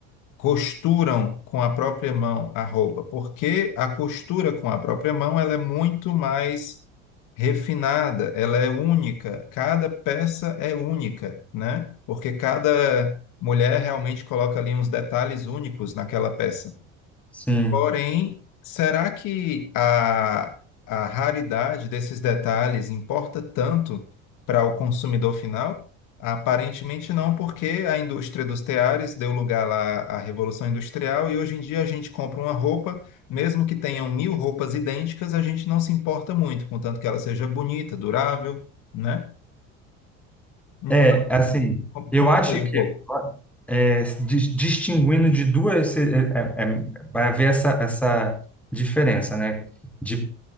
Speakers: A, on the left; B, in the centre.
A: costuram com a própria mão a roupa, porque a costura com a própria mão ela é muito mais refinada, ela é única, cada peça é única, né? Porque cada mulher realmente coloca ali uns detalhes únicos naquela peça.
B: Sim.
A: Porém, será que a, a raridade desses detalhes importa tanto para o consumidor final? Aparentemente não, porque a indústria dos teares deu lugar lá à Revolução Industrial e hoje em dia a gente compra uma roupa, mesmo que tenham mil roupas idênticas, a gente não se importa muito, contanto que ela seja bonita, durável, né? Hum,
B: É, assim,
A: com-
B: eu
A: Comentei
B: acho
A: um
B: que
A: pouco.
B: é, dis- distinguindo de duas, se- é, é, vai haver essa, essa diferença, né? De,